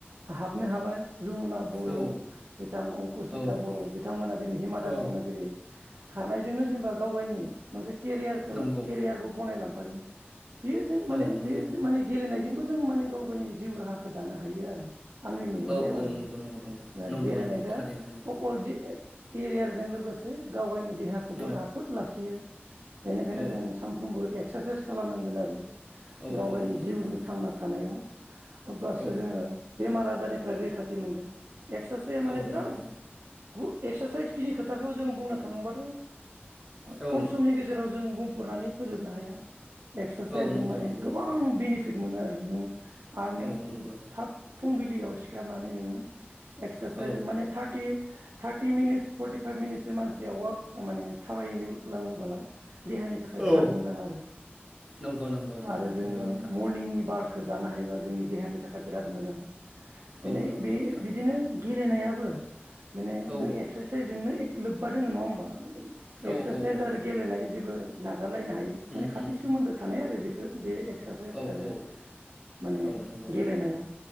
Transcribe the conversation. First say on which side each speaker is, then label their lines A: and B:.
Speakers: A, on the right; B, on the right.
A: हाबनो हाबाय जमुना बर'
B: औ
A: बिथां अंकसिता
B: औ
A: बर' बिथांमोना दिनै हिमा दास
B: औ
A: मोनहा जेरै खारनायजोंनो जेनेबा गाव गावनि मोनसे केयारखौ
B: नंगौ
A: केरियारबो बानायलां <unintelligible> बेयो जों
B: औ
A: माने
B: नंगौ
A: बे माने गेलेनायजोंबो जों माने गावनि जिउ राहाखौ दानो हायो आरो। आंनि
B: औ
A: नुहुरनायाव
B: औ
A: आरो
B: नंगौ नंगौ
A: दा
B: नंगौ
A: गेलेनायखा
B: नंगौ थारैनो नंगौ
A: अखल केरियारजों लोगोसे गावनि देहाखौबो
B: औ
A: राफोद लाखियो बेनिखायनो
B: औ
A: जों सानफ्रोमबो एक्सारसाइस खालामनांगोन आरो
B: औ
A: गाव
B: औ
A: गावनि
B: नंगौ
A: जिउनि
B: नोंथां
A: थांना थानायाव अब्लासो
B: औ
A: जोङो बेमार आजार रनिफ्राय रैखाथि मोनगोन। एससे
B: औ
A: माने बिराद
B: नंगौ
A: गु एक्सारसाइसखिनि खोथाखौ जों बुंनो थाङोबाथ'
B: औ
A: खम समनि गेजेराव जों बुं खुरनानै फोजोबनो हाया एक्सारसाइसजों
B: औ नंगौ
A: माने
B: नंगौ
A: गोबां
B: नंगौ
A: बेनिफिट मोनो आरो नों आरो ने
B: औ नंगौ
A: थाब फुंबि लियाव सिखारनानै नोङो एक्सारसाइ
B: औ
A: माने thirty thirty thirty minutes forty five मिनिटसो मानसिया वालक माने थाबायग्लाङोबोला देहानि थाखाय
B: औ
A: बिराद मोजां आरो
B: नंगौ नंगौ नंगौ
A: आरो जोङो
B: नंगौ नोंथां
A: मरनिंनि वार्क जानो हायोबा जोंनि देहानि थाखाय बिराद मोजां <unintelligible>
B: औ
A: बिदिनो
B: नंगौ नोंथां
A: गेलेनायाबो माने
B: औ
A: नों एक्सारसाइसजोंनो एके लोब्बा दङ नङा होमबा?
B: औ
A: एक्सारसाइस
B: औ औ
A: आरो गेलेनाय जेबो नागारलायनो हायो
B: उम
A: मान खाथि
B: उम
A: सोमोन्दो थानाय आरो बेफोर बे एक्साराइज
B: औ
A: आरो
B: औ
A: माने
B: औ नंगौ
A: गेलेनाया